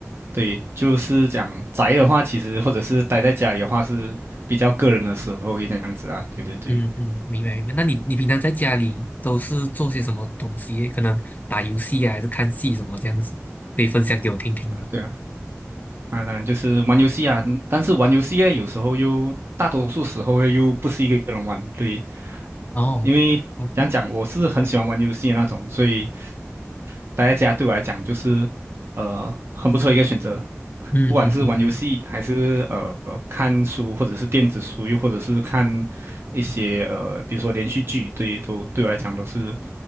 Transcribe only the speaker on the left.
嗯嗯，明白明白。那你你平常在家里都是做些什么东西？可能打游戏啊，还是看戏什么这样子？可以分享给我听听吗？
哦，
好吧，
嗯嗯嗯嗯。